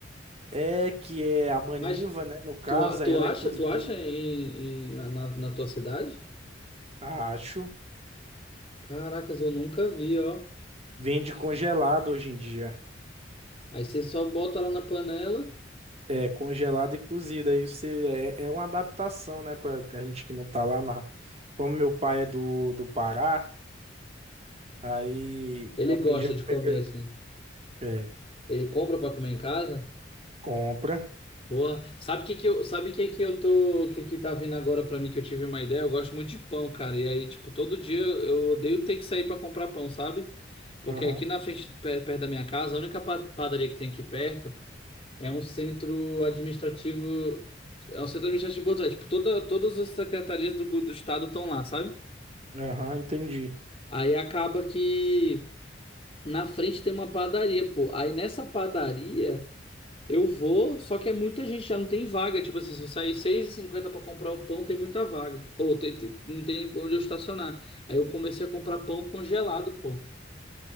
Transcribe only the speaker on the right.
é que é a maniva,
né? No caso,
aí ela
é cozida.
Acho.
Vende congelado hoje em dia.
É, congelado e cozida. Aí você, é, é uma adaptação, né? Pra a gente que não tá lá na. Como meu pai é do, do Pará, aí
eu aprendi
a comer.
É,
compra.
Aham,
aham, entendi.